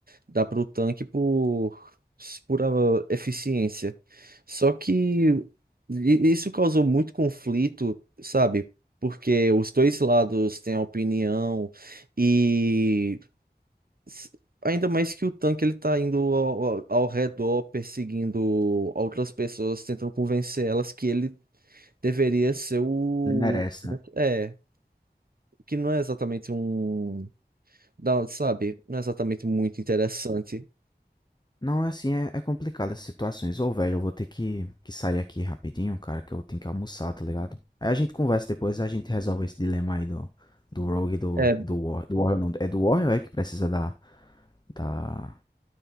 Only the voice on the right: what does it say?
dá pro tanque por pura eficiência. Só que i- isso causou muito conflito, sabe? Porque os dois lados têm a opinião e s- ainda mais que o tanque ele tá indo ao, ao ao redor perseguindo outras pessoas, tentando convencer elas que ele deveria ser o.
É, que não é exatamente um. dá- Sabe? Não é exatamente muito interessante.
É,